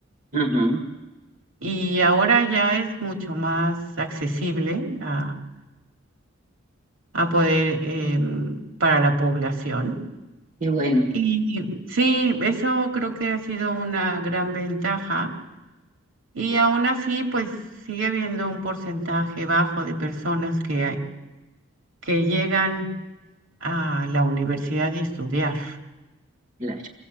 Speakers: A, on the right (about 40°); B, on the right (about 75°).
A: Ajá,
B: y ahora ya es mucho más accesible a, a poder em, para la población.
A: qué bueno.
B: Y sí, eso creo que ha sido una gran ventaja y aún así pues sigue habiendo un porcentaje bajo de personas que, que llegan. a la universidad y estudiar.
A: Claro.